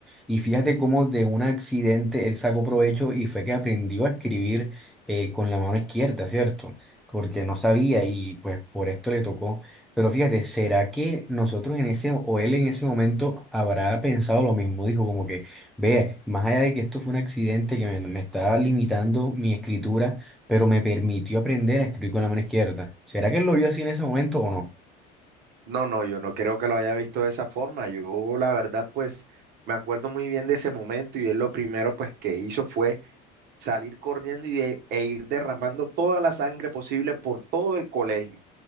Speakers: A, in the centre; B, on the right (about 50°).
A: Y fíjate cómo de un accidente él sacó provecho y fue que aprendió a escribir eh, con la mano izquierda, ¿cierto? Porque no sabía y pues por esto le tocó. Pero fíjate, ¿será que nosotros en ese, o él en ese momento habrá pensado lo mismo? Dijo como que, ve, más allá de que esto fue un accidente que me, me estaba limitando mi escritura pero me permitió aprender a escribir con la mano izquierda. ¿Será que él lo vio así en ese momento o no?
B: No, no, yo no creo que lo haya visto de esa forma. Yo, la verdad, pues me acuerdo muy bien de ese momento y él lo primero pues que hizo fue salir corriendo y de- e ir derramando toda la sangre posible por todo el colegio.